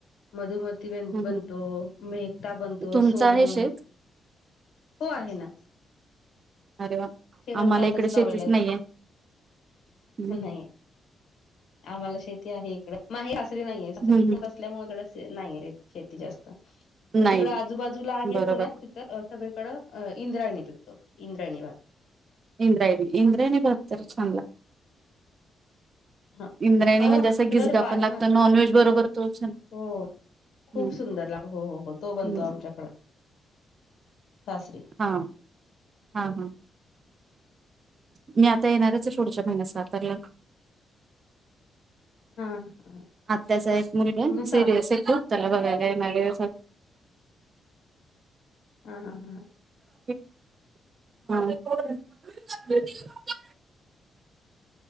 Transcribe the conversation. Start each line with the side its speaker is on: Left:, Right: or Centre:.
Left: मधुमती बन
Right: हम्म
Left: बनतो, मेहता बनतो,
Right: तुमचं
Left: सोनम.
Right: आहे शेत
Left: हो आहे ना.
Right: अरे वा.
Left: शेतात
Right: आम्हाला
Left: भातच
Right: इकडे शेतीच
Left: लावलेला आहे
Right: नाहीये
Left: फक्त.
Right: हमं.
Left: नाही आम्हाला शेती आहे इकडे माहे सासरी नाहीये, सासरी
Right: हम्म
Left: <unintelligible>
Right: हम्म
Left: त्यामुळं इथं जास्त नाहीये शेती जास्त,
Right: नाही
Left: तिकड आजूबाजूला आहे
Right: बरोबर
Left: पुण्यात अं सगळीकडं अ इंद्रायणी पिकतो, इंद्रायणी भात.
Right: इंद्रायणी, इंद्रायणी तरी भात चांगला
Left: हं
Right: इंद्रायणी
Left: हिकडं,
Right: म्हणजे असं
Left: तिकडं
Right: गिजगा
Left: भात
Right: पण लागतो
Left: भाकरीच
Right: नॉनव्हेज बरोबर तो छान
Left: हो. खूपच
Right: हम्म
Left: सुंदर लागतो. हो हो, तो बनतो
Right: हम्म
Left: आमच्याकडं सासरी.
Right: हा हा हा. मी आता येणारच आहे पुढच्या महिन्यात सातारला.
Left: <inaudible> हा
Right: आत्याचा एक मुलगा आहे
Left: मग सात
Right: सिरीयस आहे तो. त्याला बघायला येणार आहे
Left: हा, हा, हा, ह
Right: <unintelligible>